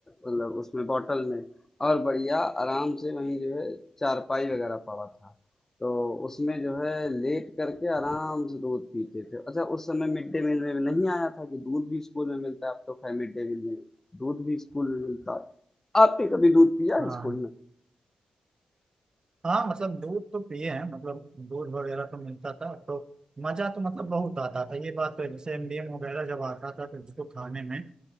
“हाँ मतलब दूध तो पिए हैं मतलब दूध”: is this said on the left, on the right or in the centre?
Right